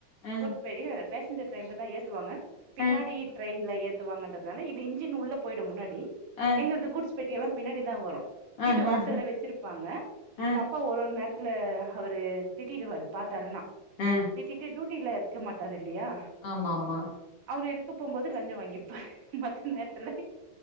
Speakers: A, on the left; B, on the right.
A: ஆ
B: குட் பெரிய பேசஞ்சர் ட்ரெயின்ல தா ஏத்துவாங்க பின்னாடி
A: ஆ
B: டிரெயின்ல ஏத் த்து வாங்கன்றதுனால இது இன்ஜின் உள்ள போய்டு முன்னாடி
A: ஆ
B: எங்கள்து குட்ஸ் பெட்டியில்லா பின்னாடி தா வரு வீட்டு
A: ஆ ஆ
B: வாசல்ல வச்சிருப்பாங்க பட்
A: ஆ ஆ
B: அப்பா ஒரு ஒரு நேரத்துல அவரு திட்டிட்டுவாரு பாத்தாருன்னா
A: ஆ
B: திட்டிட்டு டுடில இருக்க மாட்டாரு இல்லயா
A: ஆமாம்மா
B: அவரு இருக்க போம்போது லஞ்சோ வாங்கிப்பாரு மத்த நேரத்துல